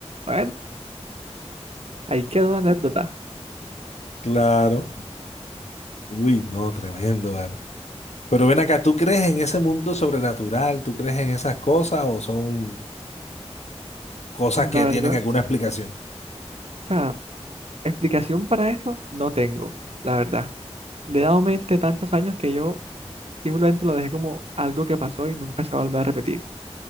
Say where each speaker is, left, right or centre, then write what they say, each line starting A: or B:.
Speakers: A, on the right (about 65°); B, on the left (about 80°).
A: bueno, ahí quedó la anécdota.
B: claro, uy, no, tremendo, vale. Pero ven acá, ¿tú crees en ese mundo sobrenatural? ¿Tú crees en esas cosas o son cosas
A: La
B: que
A: verdad,
B: tienen alguna
A: o
B: explicación?
A: sea, explicación para esto no tengo, la verdad. Le he dado mente tantos años que yo simplemente lo dejé como algo que pasó y nunca se va a volver a repetir.